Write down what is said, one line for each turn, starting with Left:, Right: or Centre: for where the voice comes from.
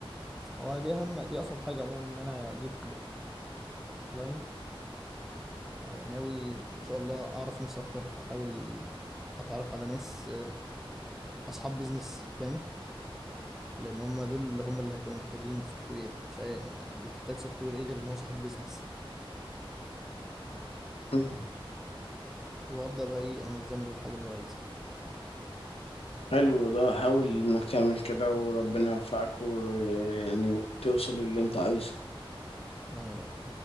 Centre: هو دي أهم دي أصعب حاجة عموما إن أنا أجيب كلاينت ناوي إن شاء الله أعرف ناس أكتر أحاول أتعرف على ناس آه، أصحاب بيزنس فاهم لأن هم دول هم اللي هيكونوا محتاجين سوفت وير مش أي... اللي هيحتاج سوفت وير إيه غير إن هو صاحب بيزنس
Left: مم.
Centre: وابدا بقى ايه انظم له الحاجه اللي هو عايزها
Left: حلو ده حاول انك تعمل كده وربنا يوفقك ويعني توصل للي انت عايزه
Centre: يا رب